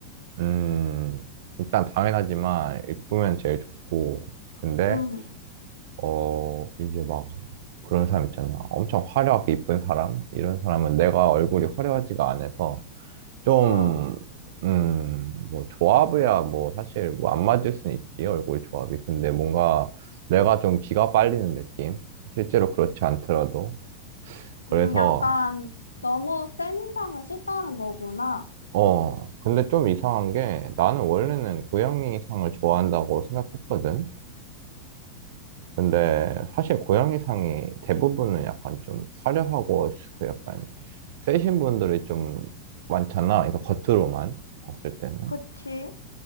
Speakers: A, on the right; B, on the left.
A: 음, 일단 당연하지만, 이쁘면 제일 좋고, 근데
B: 응.
A: 어, 이제 막 그런 사람 있잖아. 엄청 화려하게 이쁜 사람? 이런 사람은 내가 얼굴이 화려하지가 않아서 좀,
B: 응.
A: 음, 뭐 조합이야 뭐 사실 뭐 안 맞을 수는 있지, 얼굴 조합이. 근데 뭔가 내가 좀 기가 빨리는 느낌? 실제로 그렇지 않더라도. 그래서,
B: 음, 약간 너무 센 인상은 싫다는 거구나.
A: 어, 근데 좀 이상한 게 나는 원래는 고양이상을 좋아한다고 생각했거든. 근데 사실 고양이상이 대부분은 약간 좀 화려하고 그 약간 세신 분들이 좀 많잖아. 그러니까 겉으로만 봤을 때는.
B: 그치?